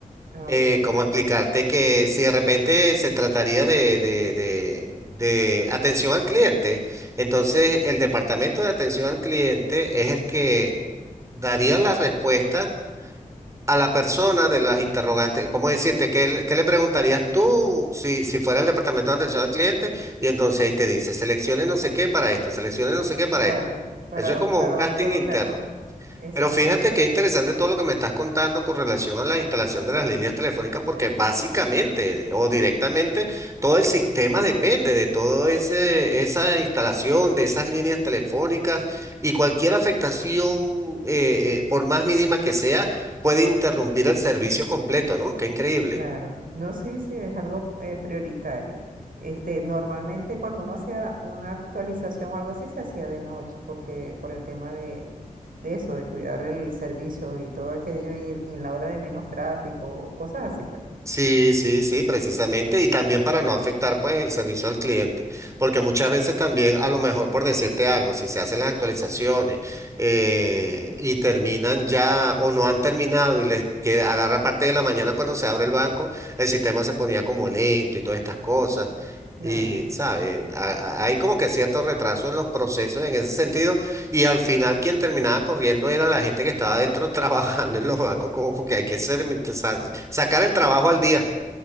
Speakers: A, on the right; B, on the right.
A: Ah,
B: eh,
A: ok.
B: ¿cómo explicarte que si de repente se trataría de, de, de, de atención al cliente, entonces el departamento de atención al cliente es el que daría la respuesta a la persona de las interrogantes? ¿Cómo decirte? ¿Qué, le qué le preguntarías tú si, si fuera el departamento de atención al cliente? Y entonces ahí te dice, seleccione no sé qué para esto, seleccione no sé qué para
A: Claro,
B: esto.
A: para,
B: Eso es como
A: para
B: un casting
A: colocarlo.
B: interno.
A: Exacto.
B: Pero fíjate qué interesante todo lo que me estás contando con relación a la instalación de las líneas telefónicas, porque básicamente o directamente todo el sistema depende de todo ese, esa instalación de esas líneas telefónicas y cualquier afectación, eh, eh, por más mínima que sea, puede interrumpir el servicio completo, ¿no? Qué increíble.
A: Claro, no, sí, sí, es algo eh, prioritario. Este, normalmente cuando uno hacía una actualización o algo así, se hacía de noche, porque por el tema de, de eso, de cuidar el servicio y todo aquello, y, el- y en la hora de menos tráfico, cosas así, pues.
B: Sí, sí, sí, precisamente. Y también para no afectar pues el servicio al cliente, porque muchas veces también a lo mejor por decirte algo, si se hacen las actualizaciones eh, y terminan ya o no han terminado y les que agarra parte de la mañana cuando se abre el banco, el sistema se ponía como lento y todas estas cosas.
A: Claro.
B: Y, ¿sabes? A- a- Hay como que cierto retraso en los procesos en ese sentido y al final quien terminaba corriendo era la gente que estaba adentro <laughs> trabajando en los bancos, como porque hay que ser, sa- sacar el trabajo al día.